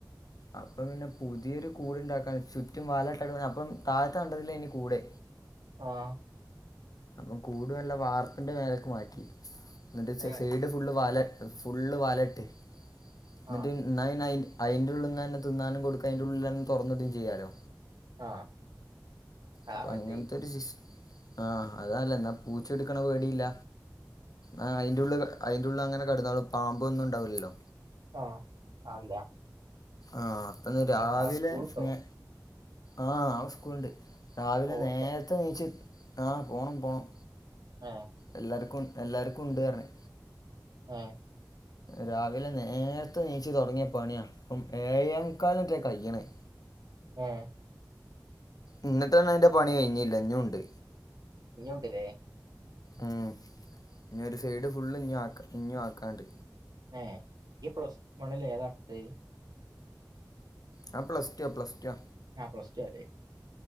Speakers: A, on the left; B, on the right.
A: അപ്പം പിന്നെ പുതിയൊരു കൂട് ഇണ്ടാക്കാൻ ചുറ്റും വല ഇട്ടേക്കണ് അപ്പം താഴത്ത് കണ്ടതില് ഇനി കൂടേ
B: ആഹ്
A: അപ്പം കൂടു നല്ല വാർപ്പിന്റെ മേലേക്ക് മാറ്റി. എന്നിട്ട് സ്
B: ഏഹ്
A: സൈഡ് ഫുള്ള് വാല ഫുള്ള് വലയിട്ട്. എന്നിട്ട്
B: ആഹ്
A: നയി നയി അയി ഉള്ളിന്ന് തന്നെ തിന്നാനും കൊടുക്കാ അതിന്റ ഉള്ളിലന്നെ തൊറന്നിടേം ചെയ്യാലോ?
B: ആഹ് അതാ
A: അപ്പോ
B: നല്ലേ
A: അങ്ങനത്തെ ഒരു സിസ് ആഹ് അതല്ല എന്നാ പൂച്ചെടുക്കണ പേടിയില്ല. ആഹ് അയിന്റെ ഉള്ള് കെ അയിന്റെ ഉള്ളില് അങ്ങനെ കെടന്നാളും പാമ്പ് ഒന്നും ഉണ്ടാവില്ലല്ലോ?
B: ആഹ് <unintelligible>
A: ആഹ് അന്ന് രാവിലെന്നെ
B: ഏഹ് നാളെ സ്കൂളുണ്ടോ
A: ആഹ് നാളെ സ്കൂളുണ്ട്. രാവിലെ
B: പോവുണ്ടോ
A: നേരത്തെ നീച്ച് ആഹ് പോണം പോണം
B: ഏഹ്
A: എല്ലാർക്കും എല്ലാർക്കും ഉണ്ട് പറഞ്ഞെ
B: ഏഹ്
A: രാവിലെ നേരത്തെ നീച്ചു തുടങ്ങിയ പണിയാ അപ്പം ഏഴെ മുക്കാലിനെറ്റാ കയ്യ്ണേ
B: ഏഹ്
A: ഇന്നിട്ട്ന്നെ അതിന്റെ പണി കഴിഞ്ഞില്ല ഇഞ്ഞും ഉണ്ട്
B: ഇഞ്ഞി ഉണ്ട്ലെ
A: ഉം ഇനി ഒരു സൈഡ് ഫുള്ള് ഇഞ്ഞി ആക്കാം ഇഞ്ഞും ആക്കാണ്ട്
B: ഏഹ് യ്യ് പ്ലസ് വണ്ണിൽ ഏതാടുത്തേ
A: അവൻ പ്ലസ് ടുവാ പ്ലസ്ടുവാ
B: ആഹ് പ്ലസ് റ്റുവാലെ